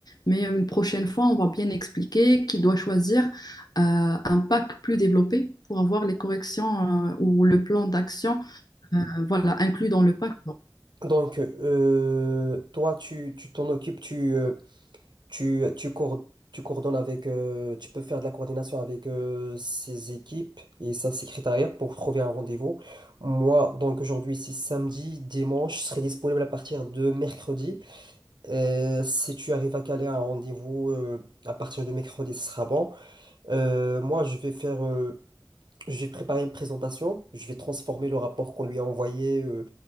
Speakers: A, on the left; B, on the right.
A: Mais euh, une prochaine fois, on va bien expliquer qu'il doit choisir euh, un pack plus développé pour avoir les corrections euh, ou le plan d'action euh, voilà, inclus dans le pack.
B: Donc, euh, toi, tu, tu t'en occupes, tu, euh, tu, tu, coord- tu coordonnes avec, euh, tu peux faire de la coordination avec euh, ses équipes et sa secrétariat pour trouver un rendez-vous. Moi, donc aujourd'hui, c'est samedi, dimanche, je serai disponible à partir de mercredi. Euh, si tu arrives à caler un rendez-vous euh, à partir de mercredi, ce sera bon. Euh, moi, je vais faire. euh, j'ai préparé une présentation. Je vais transformer le rapport qu'on lui a envoyé euh,